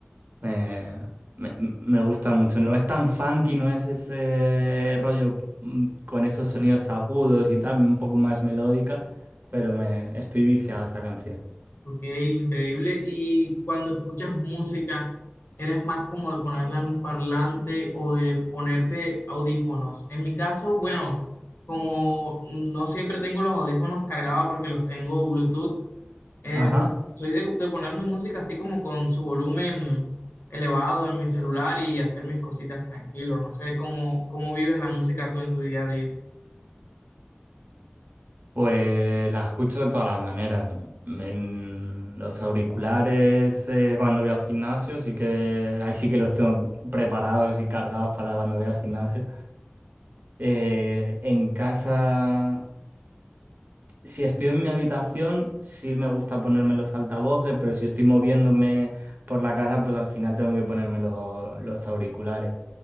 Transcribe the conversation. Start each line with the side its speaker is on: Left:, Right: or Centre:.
Right: Me, me, me gusta mucho, no es tan funky, no es ese rollo mm, con esos sonidos agudos y tal, un poco más melódica, pero me estoy viciado a esa canción.
Left: Ok, increíble. Y cuando escuchas música, ¿eres más como de ponerla en un parlante o de ponerte audífonos? En mi caso, bueno, como no siempre tengo los audífonos cargados porque los tengo Bluetooth, em,
Right: Ajá,
Left: soy de, de poner mi música así como con su volumen elevado en mi celular y hacer mis cositas tranquilo. No sé cómo, cómo vives la música tú en tu día a día.
Right: pues la escucho de todas las maneras. En los auriculares, eh, cuando voy al gimnasio, sí que ahí sí que los tengo preparados y cargados para cuando voy al gimnasio. Eh, en casa, si estoy en mi habitación, sí me gusta ponerme los altavoces, pero si estoy moviéndome por la casa, pues al final tengo que ponerme lo- los auriculares.